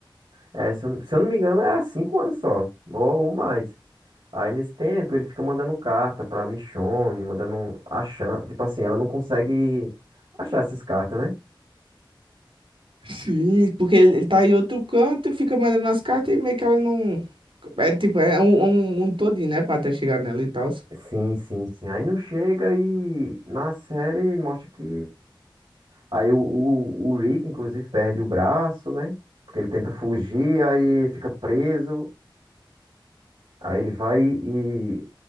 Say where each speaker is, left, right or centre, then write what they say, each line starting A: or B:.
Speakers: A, on the right; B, on the right.
A: É, se eu, não- se eu não me engano, é há cinco anos só, ou, ou mais. Aí nesse tempo ele fica mandando carta pra Michonne, mandando achando, tipo assim, ela não consegue achar essas cartas, né?
B: Sim, porque ele, ele tá em outro canto e fica mandando as cartas e meio que ela não. É tipo, é um, um, um todinho, né? Pra até chegar nela e tal.
A: Sim, sim, sim. Aí não chega e na série mostra que aí o, o, o Rick inclusive perde o braço, né? Porque ele tenta fugir, aí fica preso, aí ele vai e,